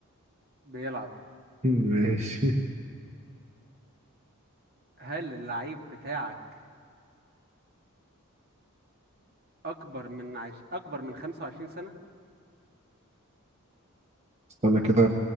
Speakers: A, on the right; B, on the right.
A: بيلعب
B: <laughs> ماشي
A: هل اللعيب بتاعك اكبر من عش... اكبر من 25 سنة
B: استنى كده